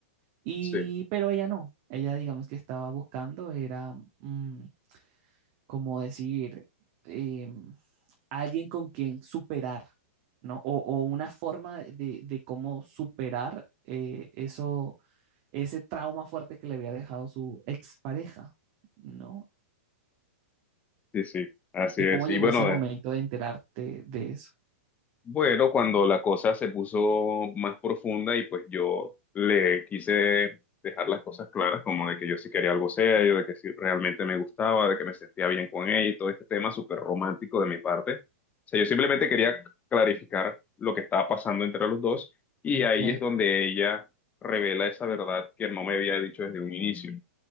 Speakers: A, on the right (about 40°); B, on the left (about 20°).
A: Y,
B: sí,
A: pero ella no, ella digamos que estaba buscando, era mm, como decir, em, alguien con quien superar, ¿no? O, o una forma de, de cómo superar eh, eso, ese trauma fuerte que le había dejado su expareja, ¿no?
B: sí, sí, así
A: Y
B: es.
A: cómo llegó
B: Y bueno,
A: ese momento de enterarte de eso.
B: Bueno, cuando la cosa se puso más profunda y pues yo le quise dejar las cosas claras, como de que yo sí quería algo serio, de que sí realmente me gustaba, de que me sentía bien con ella y todo este tema súper romántico de mi parte. O sea, yo simplemente quería clarificar lo que estaba pasando entre los dos y
A: Ok.
B: ahí es donde ella revela esa verdad que no me había dicho desde un inicio.